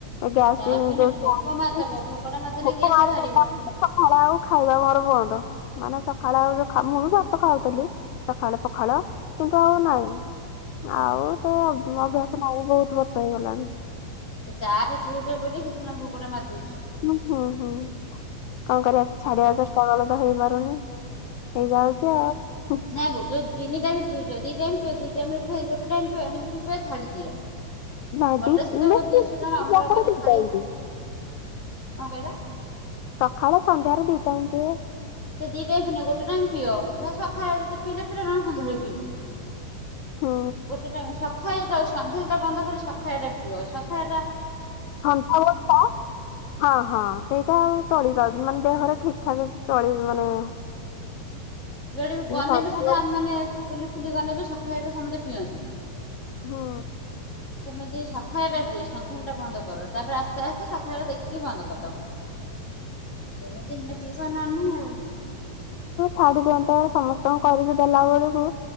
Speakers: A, on the left; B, on the left.
A: ଗ୍ୟାସ
B: ଚା
A: ବି ହେଇଯାଉଛି
B: ପିଇନେ ଭୋକ ମାରିଦବ ଭୋକଟା ମାରିଦେନେ
A: ଭୋକ
B: ଗ୍ୟାସ୍
A: ମାରିଦଉଛି।
B: ବାହାରିବ।
A: ସକାଳେ ଆଉ ଖାଇବାକୁ ମୋର ବନ୍ଦ ମାନେ ସକାଳେ ଆଉ ଯୋଉ ମୁଁ ବି ଭାତ ଖାଉଥିଲି। ପଖାଳ ପଖାଳ କିନ୍ତୁ ଆଉ ନାଇଁ। ଆଉ ତ ଅଭ୍ୟାସ ନାଇଁ ବହୁତ ବର୍ଷ ହେଇଗଲାଣି।
B: ସେ ଚା ଟା ପିଉଛ ବୋଲି ସେଦିନ ଭୋକଟା ମାରି ଦଉଛି।
A: ହୁଁ ହୁଁ ହୁଁ କଣ କରିବା ଛାଡିବା ଚେଷ୍ଟା କଲେ ତ ହେଇପାରୁନି। ହେଇଯାଉଛି ଆଉ।
B: ନାଇଁ ଗୋ ଯୋଉ ତିନି ଟାଇମ୍ ପିଉଚ ଦି ଟାଇମ୍ ପିଅ ଦି ଟାଇମ୍ ପରେ ଗୋଟେ ଟାଇମ୍ ପିଅ ଏମିତି ପିଇ ପିଇକା ଛାଡ଼ିଦିଅ।
A: ନାଇଁ
B: ହଠାତ୍
A: ଦି
B: ସୀତ
A: ବେଶୀ
B: ଓ ଜିନିଷ
A: ଦିଟାକରେ
B: ଜଣ ଆମରୋକ
A: ଦି
B: ଛାଡି
A: ଟାଇମ୍ ଦିଏ।
B: କଣ କହିଲେ।
A: ସକାଳେ ସନ୍ଧ୍ୟାରେ ଦି ଟାଇମ୍ ପିଅ।
B: ସେ ଦିଟା ପିଅ ଗୋଟେ ଟାଇମ୍ ପିଅ ସକାଳେ ଯଦି ପିଇଲେ ଫେରେ ସନ୍ଧ୍ୟା ବେଳକୁ ପିଇବ।
A: ହୁଁ
B: ଗୋଟେ ଟାଇମ୍ ସଖାଳେଆଉ ସନ୍ଧ୍ୟା ବେଳେ ବନ୍ଦ କରି ସକାଳ ଦେଖିବ ସକାଳ ଟା।
A: ଥଣ୍ଟ ହୁଅନ୍ତା। ହଁ ହଁ ସେଇଟା ଆଉ ଚଳିପାରୁନି ମାନେ ଦେହରେ ଠିକ୍ ଠାକ୍ ଚଳିବନି।
B: ଯୁଆଡ଼େ ଗନେବି
A: ସନ୍ଧ୍ୟାବେଳେ
B: ସୁଦ୍ଧା ଆମେମାନେ ବୁଲିବୁ। ଫୁଲି ଗନେବି ସକାଳେ ଏଟା ସମସ୍ତେ ପିଅନ୍ତି।
A: ହୁଁ
B: ସେମିତି ସକାଳ ରେ ବେ ସନ୍ଧ୍ୟା ବେଳଟା ବନ୍ଦ କର ତାପରେ ଆସ୍ତେ ଆସ୍ତେ ସକାଳେ ଦେଖିକି ବନ୍ଦ କରିଦବ।
A: <unintelligible>
B: ସେମିତି ହେନେ ପିଇବ ନ ନାହିଁ ଆଉ।
A: ଛାଡ଼ି ଦିଅନ୍ତେ, ସମସ୍ତଙ୍କୁ କରିକି ଦେଲା ବଳୁକୁ।